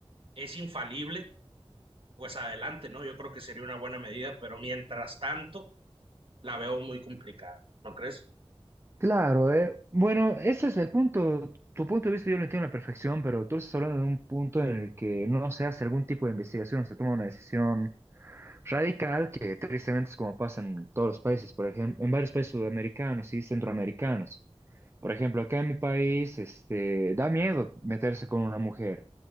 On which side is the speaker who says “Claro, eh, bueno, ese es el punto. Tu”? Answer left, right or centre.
Right